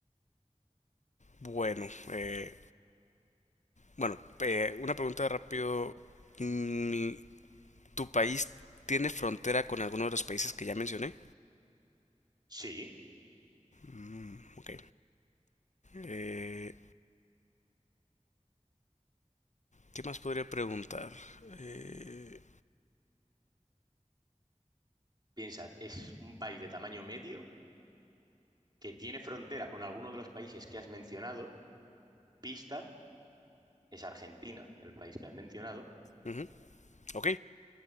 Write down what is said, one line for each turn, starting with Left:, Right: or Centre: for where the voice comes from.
Left: Bueno, eh, bueno, eh, una pregunta rápido. Mm, ¿Tu país tiene frontera con alguno de los países que ya mencioné?
Right: Sí,
Left: Mm, ok. Eh, ¿qué más podría preguntar? Eh,
Right: piensa, es un país de tamaño medio que tiene frontera con alguno de los países que has mencionado. Pista es Argentina, el país que has mencionado.
Left: ujú, ok.